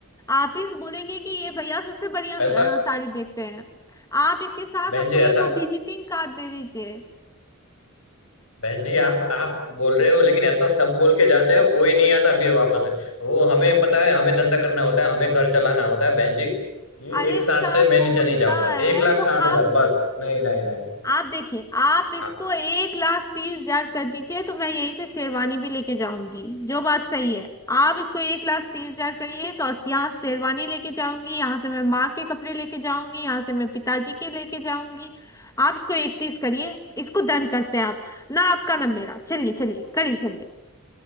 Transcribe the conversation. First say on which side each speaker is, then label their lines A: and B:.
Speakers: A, on the left (about 15°); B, on the left (about 75°).
A: आप ही से बोलेंगे कि ये भैया सबसे बढ़िया
B: ऐसा
A: स- अ, साड़ी देखते हैं आप इसके साथ
B: बहन
A: हमको
B: जी ऐसा
A: एक वो विजिटिंग कार्ड दे दीजिए
B: बहन जी आप आप बोल रहे हो लेकिन ऐसा सब बोल के जाते हो कोई नहीं आता फिर वापस है वो हमें पता है हमें धंधा करना होता है हमें घर चलाना होता है बहन जी ये
A: अरे
B: एक साठ
A: सब
B: से मैं
A: बोलता
B: नीचे नहीं जाऊंगा
A: है
B: एक लाख
A: तो
B: साठ
A: हम
B: हजार बस नहीं नहीं नहीं
A: आप देखिए आप इसको
B: आ-
A: एक लाख तीस हजार कर दीजिए तो मैं यहीं से शेरवानी भी लेके जाऊंगी जो बात सही है आप इसको एक लाख तीस हजार करिए तो अस- यहाँ शेरवानी लेके जाऊंगी यहाँ से मैं माँ के कपड़े लेके जाऊंगी यहाँ से मैं पिताजी के लेके जाऊंगी आप इसको इकतीस करिए इसको डन करते हैं आप ना आपका ना मेरा चलिए चलिए करिए करिए